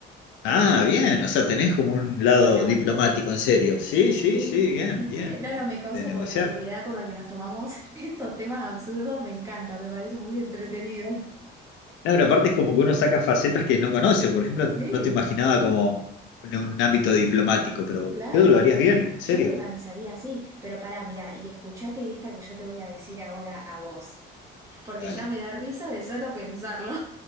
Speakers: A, on the left (about 75°); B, on the right (about 15°).
A: Ah, bien, o sea, tenés como un lado
B: ¿O no?
A: diplomático, en serio. Sí, sí,
B: Sí.
A: sí, bien,
B: ¿Viste?
A: bien,
B: Laura,
A: de,
B: me causa
A: de negociar.
B: por la seriedad con la que nos tomamos <laughs> estos temas absurdos. Me encanta, me parece muy entretenido.
A: No, pero aparte es como que uno saca facetas que no conoce. Por ejemplo,
B: Sí,
A: no te imaginaba como en un ámbito diplomático, pero
B: claro.
A: creo que lo harías bien, en serio.
B: Yo lo organizaría así. Pero pará, mira, y escuchate esta que yo te voy a decir ahora a vos. Porque
A: Dale.
B: ya me da risa de solo pensarlo.